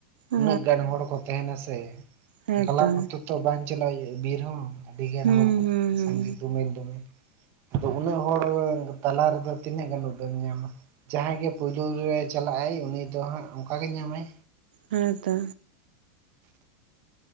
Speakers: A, on the right (about 80°); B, on the right (about 50°).
A: ᱚ
B: ᱩᱱᱟᱹᱜ ᱜᱟᱱ ᱦᱚᱲ ᱠᱚ ᱛᱟᱦᱮᱱᱟ ᱥᱮ
A: ᱦᱮᱸᱛᱚ
B: ᱮᱠᱞᱟ ᱢᱚᱛᱚ ᱛᱚ ᱵᱟᱝ ᱪᱟᱞᱟᱣ ᱦᱩᱭᱩᱜᱼᱟ ᱵᱤᱨ ᱦᱚᱸ᱾ ᱟᱹᱰᱤᱜᱟᱱ
A: ᱦᱩᱸ
B: ᱦᱚᱲ ᱠᱚ
A: ᱦᱩᱸ ᱦᱩᱸ
B: ᱥᱟᱸᱜᱮ ᱫᱚᱢᱮᱞ ᱫᱚᱢᱮᱞ᱾ ᱟᱫᱚ ᱩᱱᱟᱹᱜ ᱦᱚᱲ ᱛᱟᱞᱟ ᱨᱮᱫᱚ ᱛᱤᱱᱟᱹᱜ ᱜᱟᱱ ᱩᱫ-ᱮᱢ ᱧᱟᱢᱟ? ᱡᱟᱦᱟᱸᱭ ᱜᱮ ᱯᱳᱭᱞᱳ ᱨᱮᱭ ᱪᱟᱞᱟᱜᱼᱟᱭ ᱩᱱᱤ ᱫᱚ ᱦᱟᱸᱜ ᱚᱱᱠᱟ ᱜᱮ ᱧᱟᱢᱟᱭ᱾
A: ᱦᱮᱸ ᱛᱚ᱾